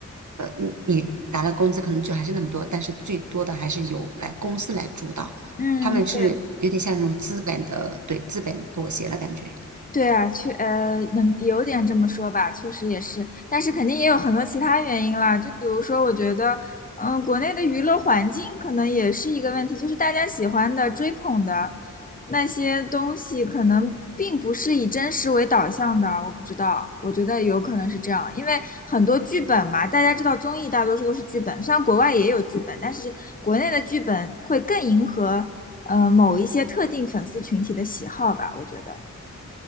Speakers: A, on the right; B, on the left.
A: 呃，你你拿的工资可能就还是那么多，但是最多的还是由来公司来主导，
B: 嗯，
A: 他们是有点像那种资本的，
B: 对。
A: 对，资本妥协了感觉。
B: 对啊，确呃，能有点这么说吧，确实也是，但是肯定也有很多其他原因啦，就比如说，我觉得，嗯、国内的娱乐环境可能也是一个问题，就是大家喜欢的、追捧的那些东西，可能并不是以真实为导向的，我不知道，我觉得有可能是这样，因为很多剧本嘛，大家知道综艺大多数都是剧本，虽然国外也有剧本，但是国内的剧本会更迎合呃某一些特定粉丝群体的喜好吧，我觉得。